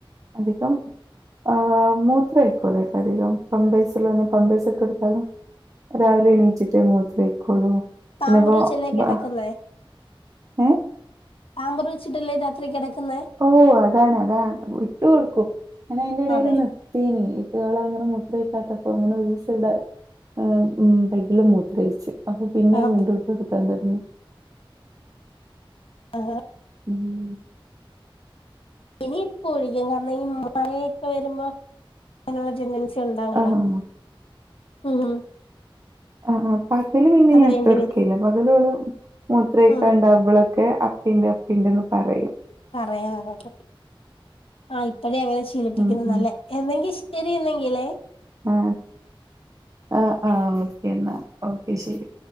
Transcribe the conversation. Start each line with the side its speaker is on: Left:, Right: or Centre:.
Right: അധികം. ആഹ് മൂത്രംഒഴിക്കൂലട്ട അധികം പമ്പൈസ്ള്ളന്ന് പമ്പൈസ്ട്ടട്ത്താലും. രാവിലെ എണീച്ച്ട്ടെ മൂത്രയ്ക്കൊള്ളൂ.
Left: പാമ്പറ്
Right: അല്ലെ പൊ
Left: വെച്ചല്ലേ കിടക്കുന്നേ
Right: ബാ എ
Left: പാമ്പറ് വെച്ചിട്ടല്ലേ രാത്രി കെടക്ക്ന്നെ.
Right: ഓ അതാണ് അതാണ് ഇട്ട് കൊട്ക്കും അ ന അയിന്റെടെൽ
Left: അതെ
Right: നി ത്തീനി ഇട്ട് ഓളങ്ങനെ മൂത്രയ്ക്കാത്തപ്പം അങ്ങനെ ഒരൂസം ന്താ. ആ ഉം പൈപ്പിൽ മൂത്രയിച്ച് അപ്പൊ പിന്നെ
Left: ആഹ്.
Right: വീണ്ടും ഇട്ടോട്ക്കാൻ തൊടങ്ങി.
Left: ആഹ്
Right: ഉം
Left: ഇനിപ്പൊഴിക്കും കാരണം ഈ മയേക്കെ വരുമ്പോ അങ്ങനുള്ള ച്ച ച്ച് ഉണ്ടാവല്ലോ
Right: ആഹ്
Left: ഉ മ്
Right: ആ ആ പകല് പിന്നെ ഞാഇട്ടോട്ക്കെല്യ
Left: വേണ്ടി വരും
Right: പകലോൾ മൂത്രയിക്കാൻ
Left: ഉം
Right: ണ്ടാവുമ്പളൊക്കെ അ പിന്നെ അപ്പിണ്ട് ന്ന് പറയും.
Left: പറയണം ആ ഇപ്പഴേയങ്ങനെ ശീലിപ്പിക്ക്ന്ന
Right: ഉം ഉം
Left: നല്ലേ. എന്നെങ്കി ശരിന്നെങ്കിലേ.
Right: ആ ആ ആ ഓക്കെന്നാ ഓക്കെ ശരി